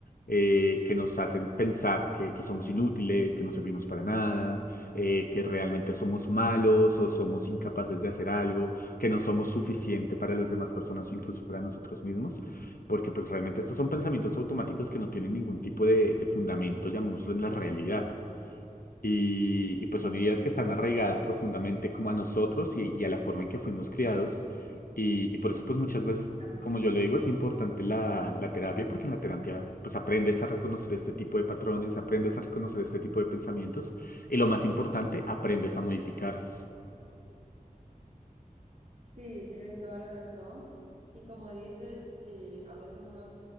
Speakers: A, on the left (about 85°); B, on the right (about 55°).
A: eh, que nos hacen pensar que, que somos inútiles, que no servimos para nada, eh, que realmente somos malos o somos incapaces de hacer algo, que no somos suficiente para las demás personas o incluso para nosotros mismos, porque pues realmente estos son pensamientos automáticos que no tienen ningún tipo de, de fundamento, llamémoslo en la realidad. Y, y pues son
B: Sí,
A: ideas
B: exacto.
A: que están arraigadas profundamente como a nosotros y, y a la forma en que fuimos criados. Y, y por eso pues muchas veces,
B: Sí, también.
A: como yo lo digo, es importante la, la terapia porque en la terapia pues aprendes a reconocer este tipo de patrones, aprendes a reconocer este tipo de pensamientos y lo más importante, aprendes a modificarlos.
B: Sí, tienes toda la razón. Y como dices, eh, a veces uno